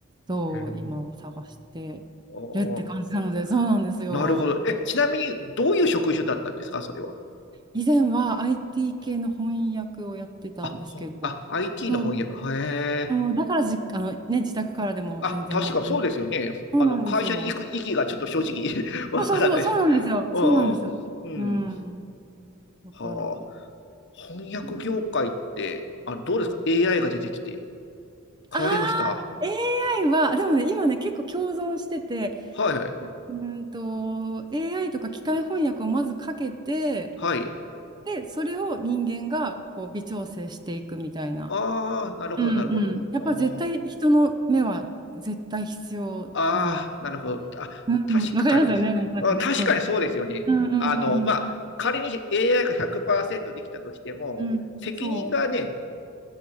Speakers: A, on the right (about 20°); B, on the left (about 55°).
A: そう今は探してるって感じなので、
B: え。ああ、
A: そうなんですよ。
B: なるほど。え、ちなみに、どういう職種だったんですか、それは。
A: 以前は IT 系の翻訳をやってたんですけど、
B: あ、ほ、あ、IT
A: そう、
B: の翻訳。へえ。
A: そうだからじ、あのね、自宅からでも全然問題なく。
B: あ、確かそうですよね。
A: そうなんですよ。
B: あの、会社に行く意義がちょっと正直 <laughs> わからないです。
A: そうそうそう、そうなんですよ。
B: うん。
A: そうなんですよ。
B: うん。
A: うん。だから、
B: はあ。翻訳業界って、
A: うん、
B: あ、どうですか ?AI が出てきて。
A: ああ、
B: 変わりました。
A: AI は、でもね、今ね、結構共存してて、
B: はいはい。
A: うーんと、AI とか機械翻訳をまずかけて、
B: はい。
A: で、それを人間がこう微調整していくみたいな。
B: ああ、なるほど、
A: うんうん。
B: なるほど。
A: やっぱ絶対人の目は絶対必要なので。
B: ああー、なるほど。あ、
A: うんうん、
B: 確かに。
A: わかりますよね、なんかね、
B: うん、確かにそうですよね。
A: そうそう。うん
B: あの、まあ、
A: うん
B: 仮に AI が100%できたとしても、
A: うん。うん、
B: 責任がね、
A: そ